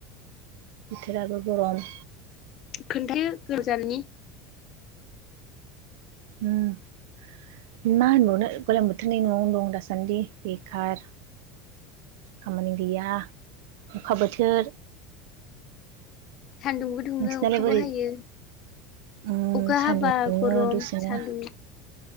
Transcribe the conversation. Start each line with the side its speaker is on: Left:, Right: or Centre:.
Right: बोथोराबो गरम
Left: खोन्थायो गोजाननि
Right: उम मा होनबावनो गलां बोथोरनि न'आवनो दं दासान्दि बे खार खामानि गैया अखा बोथोर
Left: सान्दुंबो दुङो
Right: नोंसिनालाय
Left: अखाबो
Right: बोरै
Left: हायो
Right: उम
Left: अखा
Right: सान्दुं
Left: हाबा
Right: दुङो
Left: गरम
Right: दसेनो
Left: सान्दुं